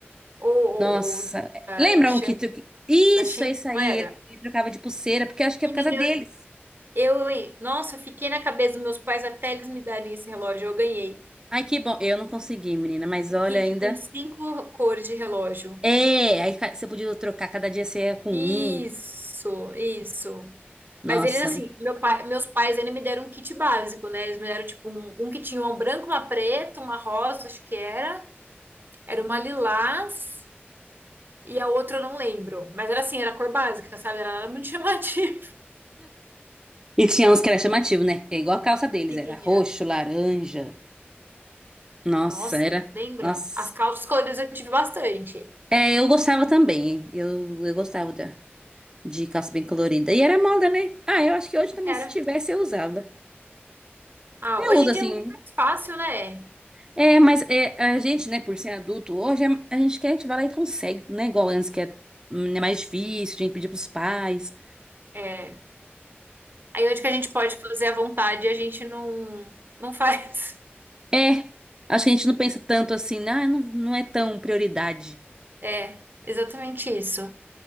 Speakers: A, on the right; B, on the right.
A: Ou,
B: Nossa,
A: ou, ou da,
B: lembra
A: da Shan,
B: um que tu... Isso,
A: da Shan,
B: é isso aí.
A: não era?
B: Ele, ele trocava de pulseira, porque acho que
A: Menina,
B: é por causa deles.
A: eu, eu, nossa, eu fiquei na cabeça dos meus pais até eles me darem esse relógio. Eu ganhei
B: Ai, que bom. Eu não consegui, menina, mas
A: o
B: olha
A: kit
B: ainda.
A: com cinco cores de relógio.
B: É, aí ca- você podia trocar, cada dia você ia com
A: Isso,
B: um.
A: isso.
B: Nossa.
A: Mas eles, assim, meu pai, meus pais ainda me deram um kit básico, né? Eles me deram, tipo, um, um que tinha uma branca, uma preta, uma rosa, acho que era. Era uma lilás e a outra eu não lembro. Mas era assim, era a cor básica, sabe? Era nada muito chamativa.
B: E tinha uns que era chamativo, né? É igual a calça deles,
A: <laughs>
B: era
A: Tinha.
B: roxo, laranja. Nossa,
A: Nossa,
B: era.
A: lembra?
B: Nossa.
A: As calças coloridas eu tive bastante.
B: É, eu gostava também. Eu, eu gostava da, de calça bem colorida. E era moda, né? Ah, eu acho que hoje também,
A: Era.
B: se tivesse, eu usava.
A: Ah,
B: Eu
A: hoje
B: uso
A: em
B: assim.
A: dia é muito mais fácil, né?
B: É, mas é, a gente, né, por ser adulto, hoje é- a gente quer, a gente vai lá e consegue, né? Igual antes, que é, hum, é mais difícil, tinha que pedir pros pais.
A: É. Aí onde que a gente pode fazer à vontade, a gente não, não faz. <laughs>
B: É, acho que a gente não pensa tanto assim, né? ah, não, não é tão prioridade.
A: É, exatamente isso.